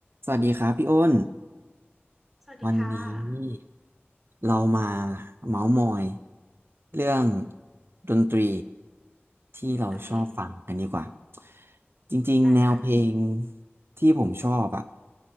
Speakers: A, on the right; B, in the centre.
A: สวัสดีครับพี่อ้น
B: สวัสดีค่ะ
A: วันนี้เรามาเมาส์มอยเรื่องดนตรีที่เราชอบฟังกันดีกว่า
B: โอเค
A: จริงๆแนวเพลง
B: ได้ค่ะ
A: ที่ผมชอบอะ